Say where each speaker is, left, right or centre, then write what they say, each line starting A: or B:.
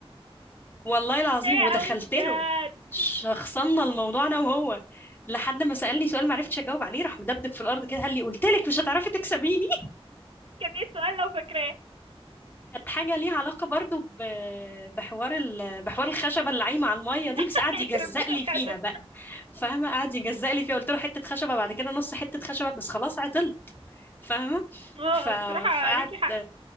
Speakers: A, on the left (about 20°); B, on the right (about 65°).
A: والله العظيم
B: ذكية
A: ودخلت
B: قوي بجد
A: له شخصنا الموضوع انا وهو لحد ما سالني سؤال ما عرفتش اجاوب عليه راح مدبدب في الارض كده قال لي قلت لك مش هتعرفي تكسبيني
B: كان ايه السؤال لو فاكراه
A: كانت حاجة ليها علاقة برضو ب- بحوار ال... بحوار الخشبة اللي عايمة على المية
B: <laughs>
A: دي بس قعد يجزق
B: يخرب بيت
A: لي
B: الخشب
A: فيها بقى فاهمة قعد يجزق لي فيها قلت له حتة خشبة بعد كده نص حتة خشبة بس خلاص عطلت فاهمة
B: اه
A: ف...
B: بصراحة عليكي
A: فقعد
B: حق